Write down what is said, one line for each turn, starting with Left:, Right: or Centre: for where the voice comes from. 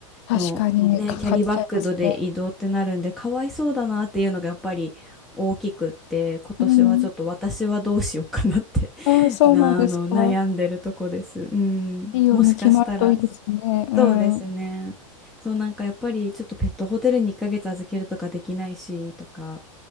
Left: 確かに、
Centre: のね、
Left: かかっちゃいますね。
Centre: キャリーバッグで移動ってなるんでかわいそうだなっていうのがやっぱり大きくって今年はちょっと私はどうしようかなって
Left: うん。ああ、
Centre: <laughs>
Left: そうなんですか。
Centre: なあの悩んでるとこです。うん、
Left: いいように決まるといいですね。
Centre: もしかしたら
Left: うん。
Centre: そうですね。そうなんかやっぱりちょっとペットホテルに1ヶ月預けるとかできないしとか